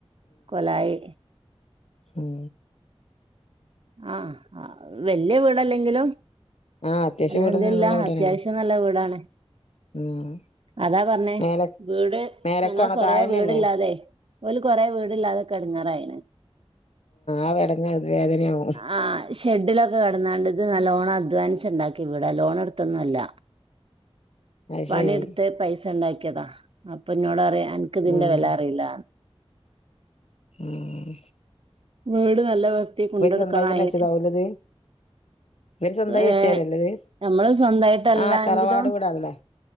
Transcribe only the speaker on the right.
കൊലായി
ആഹ് വല്യ വീടല്ലെങ്കിലും
അൽഹംദുലില്ല
അത്യാവശ്യം നല്ല വീടാണ്
അതാ പറഞ്ഞേ
വീട്
ഞങ്ങൾ കൊറേ
വീടില്ലാതെ, ഓല് കൊറെ വീടില്ലാതെക്കേ എ ടങ്ങാറായിന്
ആഹ് ശ് ഷെഡിലൊക്കെ കടന്നാണ്ടത് നല്ലോണം അഡ്വനിച് ഉണ്ടാക്ക്യ വീടാ ലോൺ എടുത്തൊന്നുല്ല
പണിടുത്ത്
പൈസ ഉണ്ടാക്കിയതാ അപ്പൊ ഇനോട്റിം അനക്കിതിന്റെ
വില അറിയില്ല
വീട് നല്ല വൃതിക് കൊണ്ട്
ടക്കണായിന്
ഏ
നമ്മള് സ്വന്തയിട്ടല്ല
എങ്കിലും